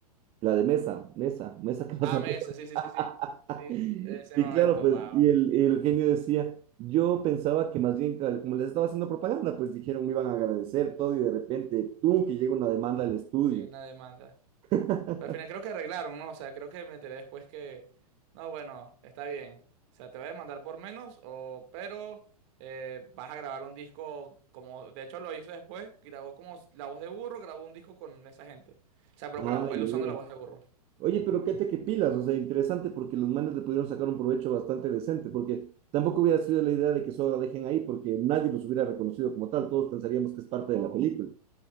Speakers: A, on the right (about 30°); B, on the right (about 50°).
A: La de mesa, mesa, mesa que más
B: Ah,
A: aplaude.
B: Mesa, sí, sí, sí, sí.
A: <laughs>
B: Sí,
A: Y
B: ese momento,
A: claro, pues,
B: wow.
A: y el, y el Eugenio decía, yo pensaba que más bien, cal- como les estaba haciendo propaganda, pues dijeron, me iban a agradecer todo y de repente, tú, que llega una demanda al estudio.
B: Sí, una demanda.
A: <laughs>
B: Pero al final creo que arreglaron, ¿no? O sea, creo que me enteré después que, no, bueno, está bien. O sea, te voy a demandar por menos, o, pero eh, vas a grabar un disco como, de hecho lo hizo después, grabó como la voz de burro, grabó un disco con esa gente. O sea, pero
A: Ay,
B: con la, él usando
A: oye.
B: la voz de burro.
A: Oye, pero qué que pilas, o sea, interesante porque los manes le pudieron sacar un provecho bastante decente, porque tampoco hubiera sido la idea de que eso ahora dejen ahí, porque nadie los hubiera reconocido como tal, todos pensaríamos que es parte de la película.